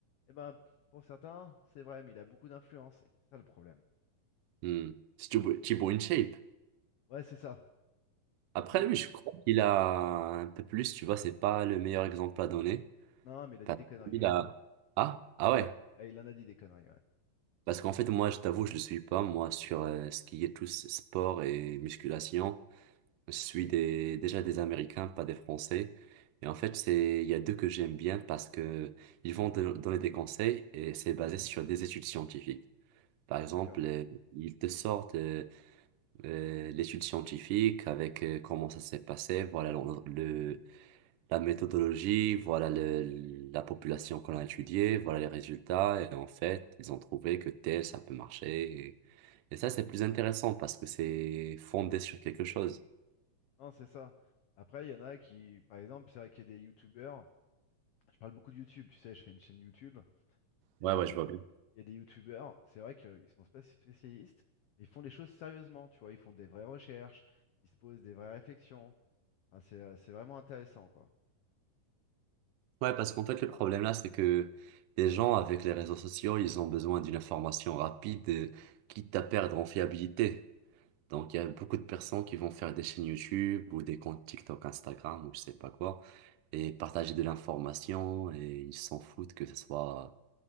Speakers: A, on the left (about 80°); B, on the right (about 85°).
A: et ben pour certains, c'est vrai, mais il a beaucoup d'influence. Et c'est ça le problème.
B: Hmm. C'est tout- tu es in shape
A: Ouais, c'est ça.
B: Après,
A: Mais moi...
B: lui, je crois qu'il a un peu plus, tu vois, c'est pas le meilleur exemple à donner.
A: Non, mais il a
B: Parce
A: dit des conneries,
B: qu'il
A: hein,
B: a...
A: lui. hein.
B: Ah, ah
A: Il
B: ouais.
A: a... eh, il en a dit des conneries, ouais.
B: Parce qu'en fait, moi, je t'avoue, je le suis pas, moi, sur euh, ce qui est tout ce sport et musculation. Je suis des, déjà des Américains, pas des Français. Et en fait, c'est, il y a deux que j'aime bien parce que ils vont te donner des conseils et c'est basé sur des études scientifiques. Par exemple,
A: D'accord.
B: euh, ils te sortent euh, euh, l'étude scientifique avec euh, comment ça s'est passé, voilà le, la méthodologie, voilà le- la population qu'on a étudiée, voilà les résultats. Et en fait, ils ont trouvé que tel, ça peut marcher. Et, et ça, c'est plus intéressant parce que c'est fondé sur quelque chose.
A: Non, c'est ça. Après, il y en a qui, par exemple, c'est vrai qu'il y a des youtubeurs. Je parle beaucoup de YouTube, tu sais, je fais une chaîne YouTube. Et
B: Ouais,
A: euh,
B: ouais,
A: il
B: je
A: y,
B: vois
A: a
B: bien.
A: il y a des youtubeurs, c'est vrai qu'ils sont pas spécialistes, mais ils font les choses sérieusement, tu vois. Ils font des vraies recherches, ils se posent des vraies réflexions. Enfin, c'est euh, c'est vraiment intéressant, quoi.
B: Ouais, parce qu'en fait, le problème là, c'est que les gens avec les réseaux sociaux, ils ont besoin d'une information rapide, euh, quitte à perdre en fiabilité. Donc, il y a beaucoup de personnes qui vont faire des chaînes YouTube ou des comptes TikTok, Instagram ou je sais pas quoi, et partager de l'information et ils s'en foutent que ce soit.